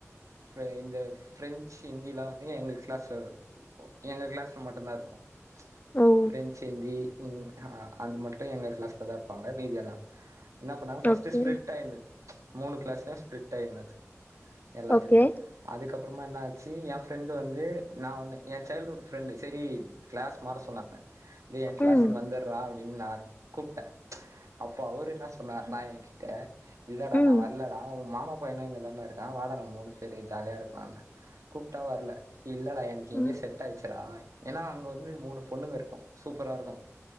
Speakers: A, on the right; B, on the left.
A: ஃபெ இந்த பிரெஞ்சு ஹிந்தில்லா வந்து எங்க கிளாஸ்ல எங்க கிளாஸ்ல மட்டுதா இருக்கு
B: ஓ
A: ஃப்ரெஞ்சு ஹிந்தி அ அ அது மட்டு எங்க கிளாஸ்ல் தா இருப்பாங்க மீதியெல்லா என்ன பண்ணாங்க ஃபஸ்ட்டு
B: ஓகே
A: ஸ்பிளிட் ஆயிருந்தது மூணு கிளாஸ்லையு ஸ்பிளிட் ஆயிருந்தது எல்லாத்திலையு
B: ஓகே
A: அதுக்கப்பறமா என்ன ஆச்சு எ ஃப்ரெண்டு வந்து நா ஒண்ணு எ சைல்ட்ஹுட் ஃப்ரெண்டு செரி கிளாஸ் மாற சொன்னாங்க டே எ கிளாஸ்சுக்கு
B: ம்
A: வந்தர்றா அப்டின்னு நா கூப்ட்டே அப்ப அவரு என்ன சொன்னார்னா ஏகிட்ட இல்லடா
B: ம்
A: நா வர்லடா உங்க மாமா பையனு இங்கதாண்டா இருக்கா வாடா மூணு பேரு ஜாலியா இருக்கலான்னு கூப்ட்டா வர்ல இல்லடா எனக்கு இங்கே
B: ம்
A: செட் ஆயிச்சுறா ஏனா அங்க வந்து ந்து மூணு பொண்ணு இருக்கு சூப்பரா இருக்கு